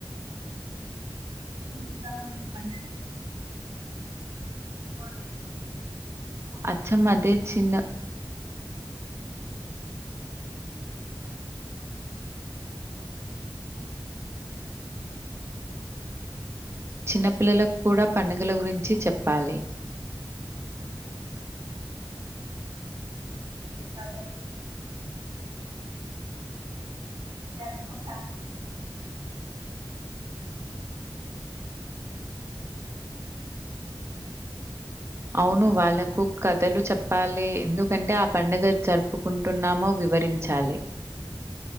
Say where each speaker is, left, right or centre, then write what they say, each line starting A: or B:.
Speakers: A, on the right; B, on the right.
A: ఇందా మా పండుగ దీపావళి
B: అచ్చమ్మదే చిన్న చిన్నపిల్లలకు కూడా పండుగల గురించి చెప్పాలి
A: సాలేపు జరుపుకుంటా
B: అవును
A: ఇంకా
B: వాళ్ళకుక్ కథలు చెప్పాలి ఎందుకంటే ఆ పండుగ జరుపుకుంటున్నామో వివరించాలి